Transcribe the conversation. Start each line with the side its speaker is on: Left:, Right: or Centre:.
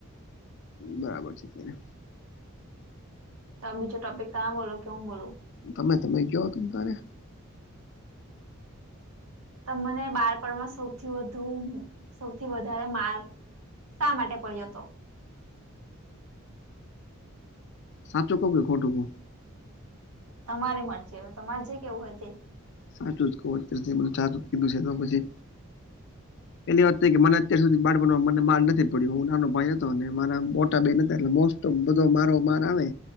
Left: બરાબર છે, ત્યારે
Right: તો બીજો ટોપિક ત્યાં બોલો કે હું બોલું.
Left: ગમે તમે કયો તમતારે
Right: તમને બાળપણમાં સૌથી વધુ સૌથી વધારે માર્ક શા માટે પડ્યો હતો?
Left: સાચો કહું કે ખોટું કવ?
Right: તમારે મરચી તમારે જે કેવું હોય તે.
Left: સાચુંકીધું સાચું ઉચકી દું છે તો પછી. પેલી વાત થઈ કે મને અત્યાર સુધી બાળપણમાં મને માર નથી પડ્યો હું નાનો ભાઈ હતો ને મારા મોટા બેહેન હતા એટલે મો તો બધો મારો માર આવે.